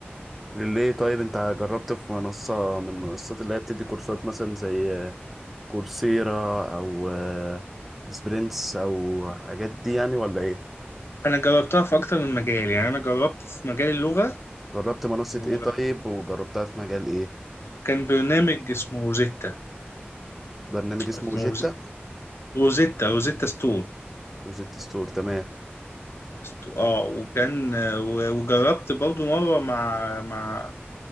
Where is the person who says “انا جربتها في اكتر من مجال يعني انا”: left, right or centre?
Left